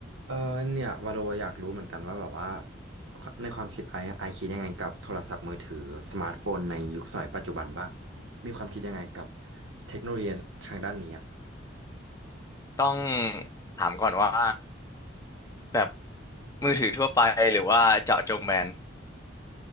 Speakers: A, on the right; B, on the left.
A: เออเนี่ยวาโลอยากรู้เหมือนกันว่าแบบว่าในความคิดไอ้ไอะไอคิดยังไงกับโทรศัพท์มือถือสมาร์ทโฟนในยุคสมัยปัจจุบันบ้างมีความคิดยังไงกับเทคโนโลยีทางด้านนี้อะ
B: ต้องถามก่อนว่าแบบมือถือทั่วไปหรือว่าเจาะจงแบรนด์